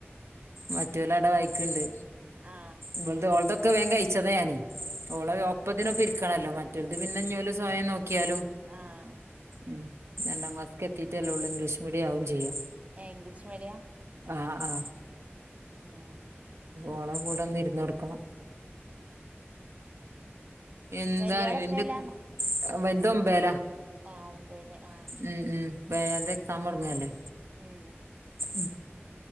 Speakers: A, on the right (about 80°); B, on the right (about 30°).
A: മറ്റോലവ്ടെ വായിക്കണ്ട്.
B: ആ
A: ഇവൾത് ഓൾതൊക്കെ വേം കയ്ച്ചതാ ഞാന് ഓളെ ഒ. ഒപ്പത്തിനൊപ്പം ഇരിക്കണല്ലോ മറ്റോൽത് പിന്നെ ഇഞോല് സ്വയം നോക്കിയാലും
B: ആം
A: ഉം രണ്ടാം ക്ലാസ്ക് എത്തീറ്റല്ലേയുള്ളു ഇംഗ്ലീഷ് മീഡിയം ആവും ചെയ്യാം.
B: ഏ ഇംഗ്ലീഷ് മീഡിയാ
A: ആ ആ
B: ഏഹ്.
A: ഓളെ കൂടെ ഒന്ന് ഇരുന്നുകൊടുക്കണം എന്താഅറിയോ
B: വലിയോള് എത്രേലാ
A: എന്റെ കു വലുതൊമ്പയിലാ
B: ആ ഒമ്പയില് ആ
A: ഉം ഉം പ്പം ഏഴാന്തി എക്സാം തൊടങ്ങയല്ലേ
B: ഉം
A: ഉം